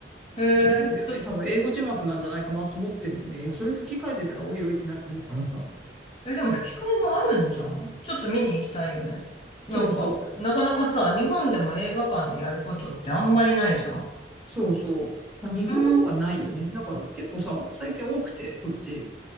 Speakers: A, on the left; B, in the centre.
A: えー、
B: と思うんだよね。
A: ちょ、
B: 多分英語字幕なんじゃないかなと思ってんだよね。いや、それ吹き替えてたらおいおいってなると思うからさ。
A: え、でも吹き替えもあるんじゃん。ちょっと見に行きたいよね。なんか、
B: そうそう。
A: なかなかさ、日本でも映画館でやることってあんまりないじゃん。
B: そうそう。まあ、日本の方がないよね。
A: うん、え
B: なんか結構さ、最近多くて、こっち。